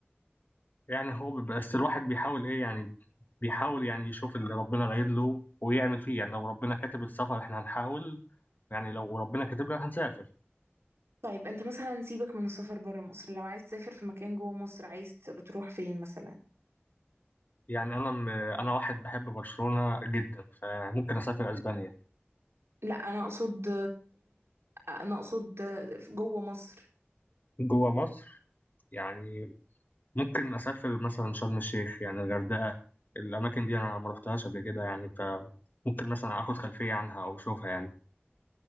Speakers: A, on the left; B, on the right.
A: يعني هو بيبقى- بس الواحد بيحاول ايه يعني بيحاول يعني يشوف اللي ربنا رايد له ويعمل فيه يعني لو ربنا كاتب السفر احنا هنحاول يعني لو ربنا كاتب لنا هنسافر
B: طيب انت مثلا سيبك من السفر بره مصر لو عايز تسافر في مكان جوه مصر عايز تروح فين مثلا
A: يعني انا م... انا واحد بحب برشلونة جدا فممكن اسافر اسبانيا
B: لا انا اقصد انا اقصد جوه مصر
A: جوه مصر يعني ممكن اسافر مثلا شرم الشيخ يعني الغردقة الاماكن دي انا ما رحتهاش قبل كده يعني فممكن مثلا اخد خلفية عنها او اشوفها يعني